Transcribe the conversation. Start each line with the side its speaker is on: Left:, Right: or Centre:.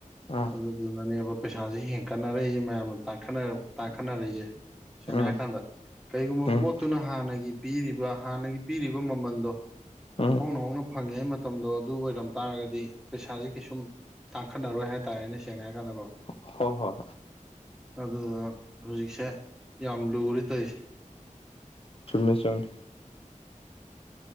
Left: ꯑꯥ
Centre: ꯑꯗꯨ ꯑꯗꯨꯅꯅꯦꯕ ꯄꯩꯁꯥꯁꯦ ꯍꯦꯟꯀꯠꯅꯔꯛꯏꯁꯦ ꯃꯌꯥꯝꯅ ꯇꯥꯡꯈꯠꯅꯔꯛꯏꯁꯦ ꯁꯦꯡꯅ
Left: ꯎꯝ
Centre: ꯍꯥꯏꯔ ꯀꯥꯟꯗ ꯀꯩꯒꯨꯝꯕ
Left: ꯎꯝ
Centre: ꯄꯣꯠꯇꯨꯅ ꯍꯥꯟꯅꯒꯤ ꯄꯤꯔꯤꯕ ꯍꯥꯟꯅꯒꯤ ꯄꯤꯔꯤꯕ ꯃꯃꯟꯗꯣ
Left: ꯎꯝ
Centre: ꯍꯣꯡꯅ ꯍꯣꯡꯅ ꯐꯪꯉꯦ ꯃꯇꯝꯗꯣ ꯑꯗꯨ ꯑꯣꯏꯔꯝ ꯇꯥꯔꯒꯗꯤ ꯄꯩꯁꯥꯁꯦ ꯀꯩꯁꯨꯝ ꯇꯥꯡꯈꯠꯅꯔꯣꯏ ꯍꯥꯏꯇꯥꯔꯦ ꯑꯩꯅ ꯁꯦꯡꯅ ꯍꯥꯏꯔ ꯀꯥꯟꯗꯀꯣ
Left: ꯍꯣꯏ ꯍꯣꯏ
Centre: ꯑꯗꯨꯗ ꯍꯧꯖꯤꯛꯁꯦ ꯌꯥꯝ ꯂꯨꯔꯦ ꯇꯩꯁꯦ
Left: ꯆꯨꯝꯃꯦ ꯆꯨꯝꯃꯦ